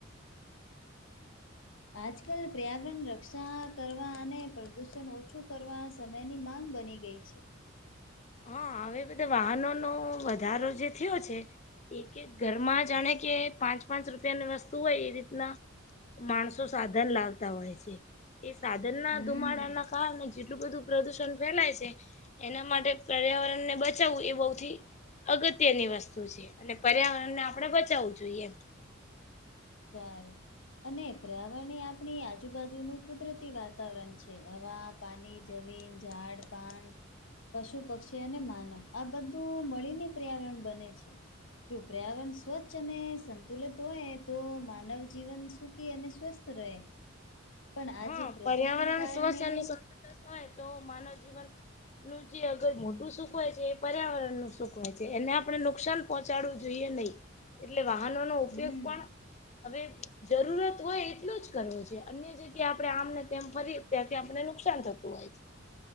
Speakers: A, on the left (about 65°); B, on the left (about 35°).
A: આજકાલ <unintelligible> રક્ષા કરવા અને પ્રદુષન ઓછું કરવા સમયની માંગ બની ગઈ છે.
B: હા, હવે બધે વાહનોનો વધારો જે થયો છે એક- એક ઘરમાં જાણે કે પાંચ- પાંચ રૂપિયાની વસ્તુ હોય એ રીતના માણસો સાધન લાવતા હોય છે. એ સાધનના
A: હમ
B: ધુમાડાના કારણે જેટલું બધું પ્રદુષણ ફેલાય સે, એના માટે પર્યાવરણ ને બચાવવું એ <unintelligible> અગત્યની વસ્તુ છે, અને પર્યાવરણ ને આપડે બચાવવું જોઈએ
A: સારુ, અને <unintelligible> આપણી આજુબાજુનું કુદરતી વાતાવરણ છે, હવા પાની, જમીન, જાડ, પાન પશુ, પક્ષી અને માનવ આ બધું મળીને પર્યાવરણ બને છે. જો પર્યાવરણ સ્વચ્છ અને સંતુલિત હોય તો માનવ જીવન સુખી અને સ્વસ્થ રહે. પણ આજે
B: હા
A: પ્રદુષણ
B: પર્યાવરણ
A: કારણે
B: સ્વચ્છ <unintelligible> હોય તો માનવ જીવન નું જે અગર મોટું સુખ હોય છે એ પર્યાવરણનું સુખ હોય છે, એને આપણે નુકસાન પહોંચાડવું જોઈએ નહી. એટલે વાહનોનો ઉપયોગ
A: હમ્મ
B: પણ, હવે જરૂરત હોય એટલો જ કરવો જોઈએ અન્ય જે <unintelligible> આપડે આમને તેમ ફરી <unintelligible> આપને નુકસાન થતું હોય